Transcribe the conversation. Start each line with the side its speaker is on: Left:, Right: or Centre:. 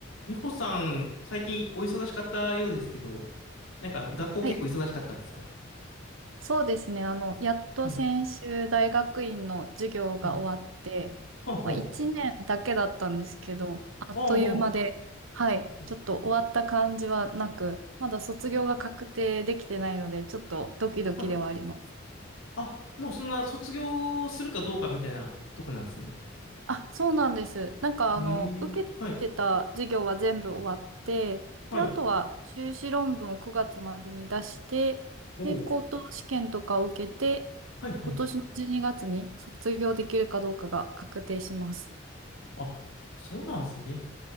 Left: 美穂さん、最近お忙しかったようですけど、なんかあの、学校結構忙しかったんですか
Right: はい、そうですね。あの、やっと先週大学院の授業が終わって、
Left: はい。はい。ほんほん。
Right: まあ、1年だけだったんですけど、あっという間で、
Left: おうほ
Right: はい、
Left: う。うん
Right: ちょっと終わった感じはなく、まだ卒業が確定できてないので、
Left: え
Right: ちょっとドキドキではあります。
Left: はい。あ、もうそんな卒業するかどうかみたいなとこなんですね。
Right: あ、そうなんです。なんかあの、
Left: ええはい。
Right: 受けてた授業は全部終わって、
Left: はい。
Right: で、あとは修士論文を9月までに出して、
Left: おう。
Right: で、高等試験とかを受けて、
Left: はい、はい。
Right: 今年の12月にがつに卒業できるかどうかが確定します。
Left: あ、そうなんですね。